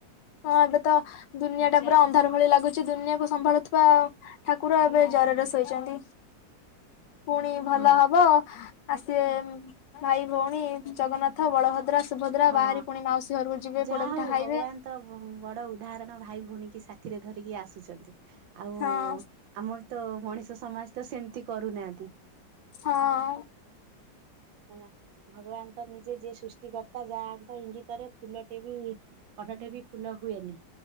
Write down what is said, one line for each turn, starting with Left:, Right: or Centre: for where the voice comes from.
Left: ହଁ ଏବେ ତ ଦୁନିଆ ଟା ପୁରା ଅନ୍ଧାର ଭଳି ଲାଗୁଛି ଦୁନିଆକୁ ସମ୍ଭାଳୁଥିବା ଠାକୁର ଏବେ ଜରରେ ଶୋଇଛନ୍ତି ପୁଣି ଭଲ
Right: ହଁ
Left: ହବ ଆସିବେ ଭାଇ ଭଉଣୀ ଜଗନ୍ନାଥ ବଳଭଦ୍ର ସୁଭଦ୍ରା
Right: ହଁ
Left: ବାହାରି ପୁଣି ମାଉସୀ ଘରକୁ ଯିବେ
Right: ଯାହା
Left: ପୋଡପିଠା
Right: ହଉ
Left: ଖାଇବେ
Right: ଭଗବାନ ତ ବଡ ଉଦାହରଣ ଭାଇ ଭଉଣୀ କି ସାଥିରେ ଧରିକି ଆସୁଛନ୍ତି ଆଉ
Left: ହଁ
Right: ଆମର ତ ମଣିଷ ସମାଜ ତ ସେମିତି କରୁନାହାନ୍ତି
Left: ହଁ
Right: ହେଲା ଭଗବାନ ତ ନିଜେ ଯିଏ ସୃଷ୍ଟି କରତା ଯାହାଙ୍କ ଇଙ୍ଗିତରେ ଫୁଲଟେ ବି ପଟଟେ ବି ଫୁଲ ହୁଏନି